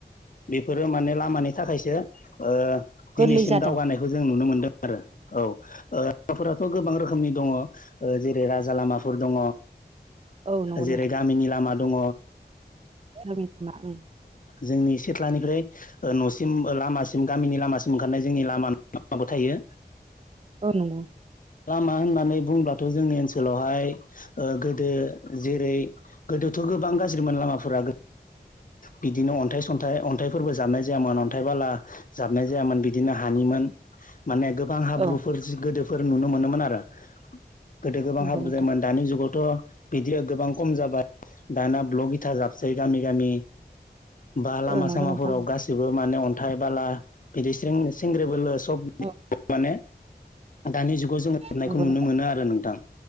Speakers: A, on the left; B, on the right.
A: बेफोरो माने लामानि थाखायसो ओ
B: गोरलै
A: दिनैसिम
B: जादों
A: दावगानायखौ जों नुनो मोनदों आरो औ ओ थ' गोबां रोखोमनि दङ ओ जेरै राजा लामाफोर दङ
B: औ नंगौ
A: जेरै गामिनि लामा दङ
B: समिखना ओम
A: जोंनि सिथ्लानिफ्राय ओ न'सिम लामासिम गामिनि लामासिम ओंखारनाय जोंनि लामा न' माबा थायो
B: औ नोंगौ
A: लामा होननानै बुंब्लाथ' जोंनि ओनसोलावहाय ओ गोदो जेरै गोदोथ' गोबां गाज्रिमोन लामाफोरा बिदिनो अन्थाइ सन्थाइ अन अन्थाइफोरबो जाबनाय जायामोन अन्थाइ बाला जाबनाय जायामोन बिदिनो हानिमोन माने गोबां हाब्रुफोर
B: औ
A: गोदोफोर नुनो मोनोमोन आरो गोदो गोबां
B: नंगौ
A: हाब्रु
B: नोंथां
A: जायोन दानि जुगाव थ' बिदि गोबां खम जाबाय दाना ब्लग इथा जाबसै गामि गामि बा लामा
B: औ नंगौ
A: सामाफोराव
B: नोंथां
A: गासिबो माने अन अन्थाय बाला बिदि सिं सेंग्रेबोल सब
B: औ
A: माने दानि जुगाव जोङो जोबनायखौ
B: नंगौ
A: नुनो
B: नोंथां
A: मोनो आरो नोंथां